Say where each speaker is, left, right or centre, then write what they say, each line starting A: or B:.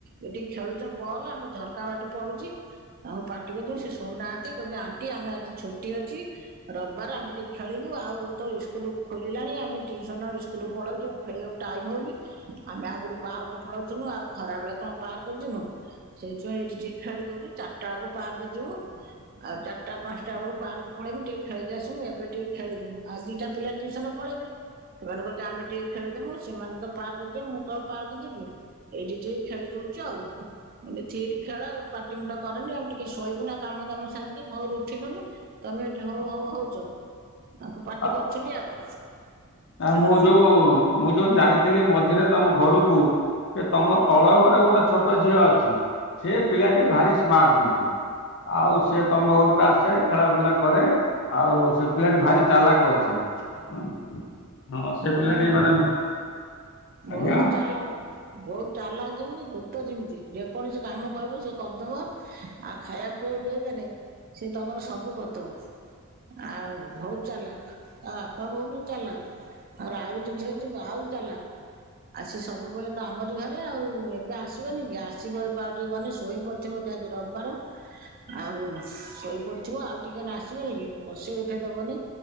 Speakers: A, on the right; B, on the left.
A: ଏଇଠି ଖେଳୁଛ ବଲ୍ ଆମ ଝର କା ବାଟେ ପଡୁଛି ତାଙ୍କୁ ପାଟି କରୁଥିନି ସେ ଶୁଣୁନାହାନ୍ତି କହୁଛନ୍ତି ଆଣ୍ଟି ଆମେ ଆଜି ଛୁଟି ଅଛି। ରବିବାର ଆମେ ଟିକେ ଖେଳିବୁ ଆଉ ତ ସ୍କୁଲ ଖୋଲିଲାଣି ଆମେ ଟଟିୁସନ ସ୍କୁଲ ପଳଉଛୁ। ଖେଳିବାକୁ ଟାଇମ ହଉନି ଆମେ ଆଗରୁ ପାର୍କ ପଳାଉଥିନୁ ଆଉ ଖରା ବେଳେ କଣ ପାର୍କ ଯିବୁ? ସେଇଥି ପାଇଁ ଏଇଠି ଟିକେ ଖେଳି ଦଉଛୁ ଚାରିଟା ବେଳକୁ ପାର୍କ ଯିବୁ। ଆଉ ଚାରିଟା ପାଞ୍ଚଟା ବେଳକୁ ପାର୍କ ପଳେଇବୁ ଟିକେ ଖେଳିକି ଆସିବୁ। ଏବେ ଟିକେ ଖେଳିଦବୁ ଆଉ ଦିଟା ପିଲା ଟିଉସନ ପଳେଇବେ। ସେମାନେ କହୁ ଆମେ ଟିକେ ଖେଳିଦେବୁ ସେମାନେ ତ ପାର୍କ ଯିବେ ମୁଁ କଣ ପାର୍କ ଯିବି? ଏଇଠି ଟିକେ ଖେଳି ଦଉଛୁ ଆଉ। ବେ ଥିରି ଖେଳ ପାଟି ମୁଣ୍ଡ କରନି। ଆଉ ଟିକେ ଶୋଇବୁ ନା କାମ ଦାମ ସାରିକି ଭୋରୁ ଉଠିନୁନୁ। ତମେ ଏଠି ହଉ ହଉ ହଉଛ ତାକୁ ପାର୍ଟି
B: ଆ
A: କରୁଥିଲି ଆଉ
B: ଆ
A: ଆଉ
B: ମୁଁ ଯୋଉ ମୁଁ ଯୋଉ ଯାଇଥିଲି ମଝିରେ ତମ ଘରକୁ ସେ ତମ ତଳ ଘରେ ଗୋଟେ ଛୋଟ ଝିଅ ଅଛି। ସେ ପିଲାଟି ଭାରି ସ୍ମାର୍ଟ କିନ୍ତୁ। ଆଉ ସିଏ ତମ ଘରକୁ ଆସେ ଖେଳା ବୁଲା କରେ। ଆଉ ସେ ପିଲାଟି ଭାରି ଚାଲାକ ଅଛି ହଁ। ସେ
A: ହଁ
B: ପିଲାଟି ମାନେ
A: ବହୁତ
B: ଆଜ୍ଞା
A: ଚାଲାକ ବହୁତ ଚାଲାକ ଯେମିତି ଧୁ ତ ଯେମିତି ଯେକୌଣସି କାମ କହିବ ସେ କରିଦବ ଆଉ ଖାଇବା ପିଇବାକୁ ଦେଇଦେଲେ ସେି ତମର ସବୁ କରିଦବ ଆଉ ବହୁତ ଚାଲାକ ଅ ହବ <inaudible> ବି ଚାଲାକ ଆ ଆଉ ଗୋଟେ ଝିଅ ଯିବ ଆହୁରି ଚାଲାକ। ଆସି ସବୁବେଳେ ତ ଆମରି ଘରେ ଆଉ ଏବେ ଆସିବନି କି ଆସିବ ଏବେ ଆଉ ଟିକେ ଗନେ ଶୋଇ ପଡି ଥିବ ବୋଧେ ଆଜି ରବିବାର ଆଉ ଶୋଇପଡି ଥିବ ଆଉ ଟିକେ ଗନେ ଆସିବନି କି? ବସେଇ ଉଠେଇଦବନି